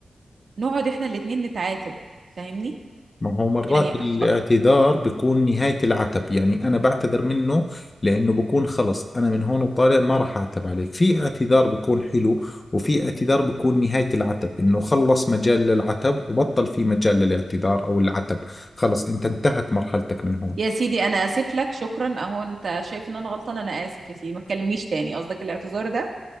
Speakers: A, on the right (about 55°); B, on the left (about 25°).
A: نقعد احنا الاتنين نتعاتب فاهمني؟
B: ما هو مرات
A: يعني أخ...
B: الاعتذار بيكون نهاية العتب يعني أنا بعتذر منه لأنه بكون خلص أنا من هون وطالع ما راح أعتب عليك في اعتذار بيكون حلو وفي اعتذار بيكون نهاية العتب إنه خلص مجال للعتب وبطل في مجال للاعتذار أو العتب خلص أنت انتهت مرحلتك من هون
A: يا سيدي أنا آسف لك شكرا أهو أنت شايف إن أنا غلطان أنا آسف يا سيدي ما تكلمنيش تاني قصدك الاعتذار ده؟